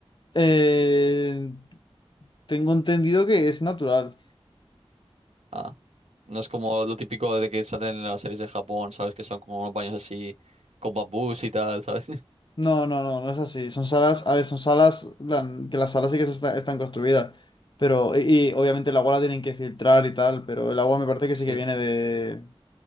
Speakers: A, on the left (about 45°); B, on the right (about 85°).
A: Eh, tengo entendido que es natural.
B: Ah. No es como lo típico de que salen en las series de Japón, ¿sabes? Que son como unos baños así con bambús y tal, ¿sabes? <laughs>
A: No, no, no, no es así. Son salas, a ver, son salas, la- que las salas sí que se está- están construidas, pero, y, y obviamente el agua la tienen que filtrar y tal, pero el agua me parece que
B: Sí.
A: sí que viene de,